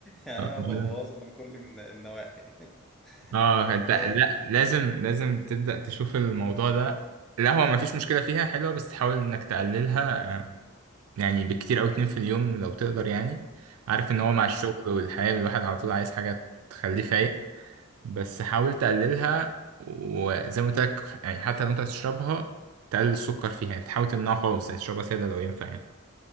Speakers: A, in the centre; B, on the right.
A: يعني انا
B: دي
A: ببوظها من كل الن- النواحي <laughs>
B: اه انت
A: آه،
B: لا لازم لازم تبدأ تشوف الموضوع ده القهوة ما فيش مشكلة فيها حلوة بس تحاول انك تقللها آه، يعني بكتير او اتنين في اليوم لو تقدر يعني عارف ان هو مع الشغل والحياة الواحد على طول عايز حاجة تخليه فايق بس حاول تقللها وزي ما قلت لك يعني حتى لو انت هتشربها تقلل السكر فيها يعني تحاول تمنعه خالص يعني تشربها سادة لو ينفع يعني